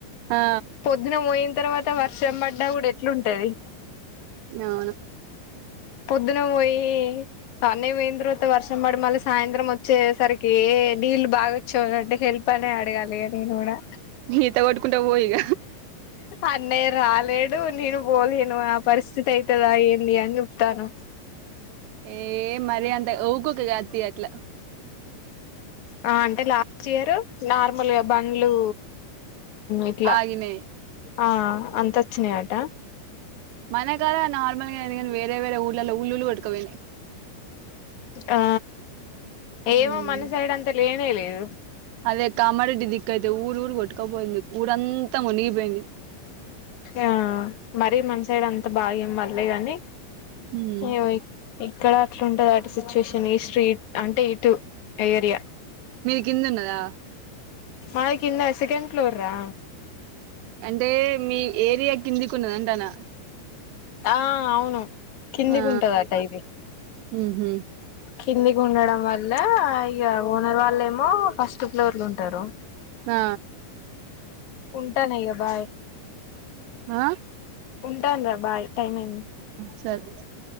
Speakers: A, on the right; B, on the left.
A: ఆ
B: పొద్దున పోయింది తర్వాత వర్షం పడ్డా కూడా ఎట్లుంటది
A: అవును
B: పొద్దున పోయి అన్న పోయిన తరువాత వర్షం పడి మళ్ళీ సాయంత్రం వచ్చేసరికి నీళ్లు బాగాొచ్చావు అంటే హెల్ అనే అడగాలి నేను కూడా
A: ఈత కొట్టుకుంట పో ఇగ
B: అన్నయ్య రాలేడు నేను పోలేను ఆ పరిస్థితి అయితదా ఏంది అని చూస్తానా
A: ఏ మరి అంత ఉక్కుకే కాదు తి అట్లా
B: ఆ అంటే లాస్ట్ చేయరు నార్మల్గా బండ్లు ఇట్లా
A: ఆగినయ్
B: ఆ అంత వచ్చినాయి అట
A: మనకదా నార్మల్ గా అయినాయి వేర వేర ఊర్ల ఉల్లుల్లు కొట్టుకపోయినయ్
B: ఆ ఏమో
A: హ్మ్
B: మన సైడ్ అంతా లేనే లేదు
A: అదే కామారెడ్డి దిక్కు అయితే ఊరు ఊరు కొట్టుకపోయింది ఊరంతా మునిగిపోయింది
B: ఆ మరి మన సైడ్ అంత బాగా ఏం పడలే గాని
A: హ్మ్
B: అయ్యో ఇక్కడ అట్లాంటది అటు సిచ్యుయేషన్ ఈ స్ట్రీట్ అంటే ఇటు ఏరియా
A: కింద ఉన్నదా
B: మాది కింద సెకండ్ ఫ్లోర్ రా
A: అంటే మీ ఏరియా కిందికి ఉంటది అంటఅన్న
B: ఆ అవును కిందికుంటదట
A: ఆ
B: ఇది
A: ఉహు
B: కిందికి ఉండడం వల్ల ఇగ ఓనర్ వాళ్లేమో ఫస్ట్ ఫ్లోర్లుంటారు
A: ఆ
B: ఉంటాన ఇగ బాయ్
A: ఆ
B: టన్రా బాయ్ టైం అయింది
A: సర్